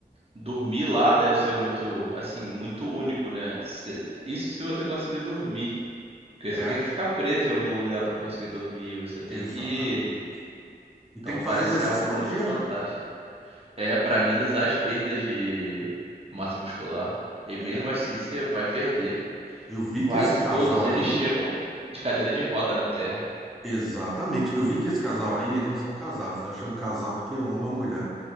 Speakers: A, on the right; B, in the centre.
A: Dormir lá deve ser muito, assim, muito único, né? Se- Isso se você conseguir dormir. Porque
B: É,
A: você tem que ficar preso em algum lugar pra conseguir dormir, você tem
B: exatamente.
A: que.
B: E tem
A: Então
B: que
A: parece
B: fazer exercício
A: ser algo
B: todo
A: muito
B: dia,
A: fantástico.
B: né?
A: É pra amenizar as perdas de massa muscular. E mesmo
B: É.
A: assim você vai perder.
B: Eu vi
A: Quase
B: que esse casal
A: todos eles
B: aí,
A: chegam de cadeira de roda na Terra.
B: exatamente. Eu vi que esse casal aí, eles não são casados, né? Eu chamo casal porque eu amo a mulher.